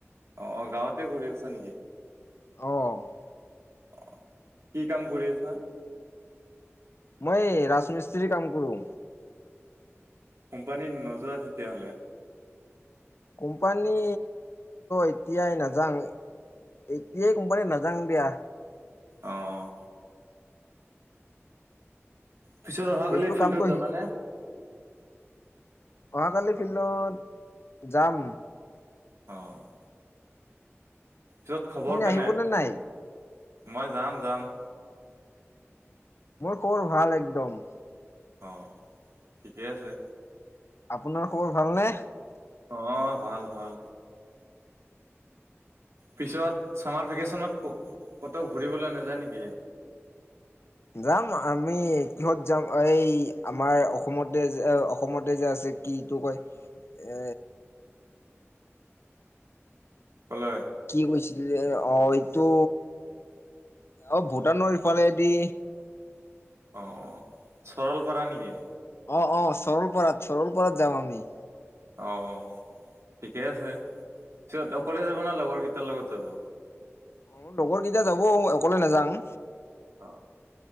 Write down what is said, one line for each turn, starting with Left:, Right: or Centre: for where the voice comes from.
Right: অ, গাৱতে কৰি আছ নেকি?
Left: অহ ',
Right: অহ, কি কাম কৰি আছা?
Left: মই এই ৰাজমিস্ত্ৰী কাম কৰো।
Right: কোম্পানী নযোৱা তেতিয়লে।
Left: কোম্পানী এতিয়াই নাজাং। এতিয়াই কোম্পানী নাজাং দিয়া।
Right: অ', পিছত অহাকালি
Left: এইটো
Right: ফিল্ডত
Left: কামটো
Right: যাবানে।
Left: অহাকালি ফিল্ডত যাম।
Right: অ', য'ত খবৰ
Left: আপুনি
Right: কেনে?
Left: আহিবনে নাই
Right: মই যাম - যাম।
Left: মোৰ খবৰ ভাল একদম।
Right: অ, ঠিকেই আছে।
Left: আপোনাৰ খবৰ ভালনে?
Right: অহ, ভাল - ভাল। পিছত ছামাৰ ভেকেশ্যনত ক'তোও ঘূৰিবলৈ নাযায় নেকি?
Left: যাম আমি কিহত যাম এই আমাৰ অসমতে যে - অসমতে যে আছে কি ইটো কয় এ
Right: হলে
Left: কি কৈছিলে অ', এইটো অ', ভূটানৰ ইফালেদি
Right: অ', চৰলপাৰা নেকি?
Left: অ', - অ', চৰলপাৰাত চৰল পৰাত যাম আমি
Right: অ', ঠিকে আছে। চিত অকলে যাব না লগৰ কেইটাৰ লগত যাব?
Left: অ', লগৰ কেইটা যাব অকলে নাযাঙ।
Right: অ',